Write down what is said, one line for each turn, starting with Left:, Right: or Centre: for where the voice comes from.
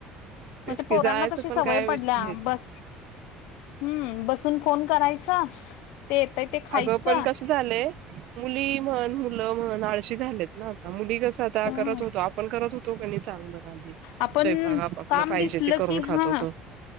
Right: तेच
Left: मग ते
Right: की
Left: पोरांना
Right: जायचं
Left: कशी
Right: पण
Left: सवय
Right: काय
Left: पडल्या
Right: हे
Left: बस हम्म बसून फोन करायचं ते येतय ते खायचं.
Right: अगं पण कसं झालंय मुली म्हण मुलं म्हण आळशी झालेत ना आता, मुली कस आता
Left: हम्म
Right: करत होतो आपण करत होतो. तो कणी चांगल <unintelligible> आधी
Left: आपण
Right: स्वयंपाक आप आपलं
Left: काम
Right: पाहिजे
Left: दिसलं
Right: ते करून
Left: की
Right: खात
Left: हा
Right: होतो.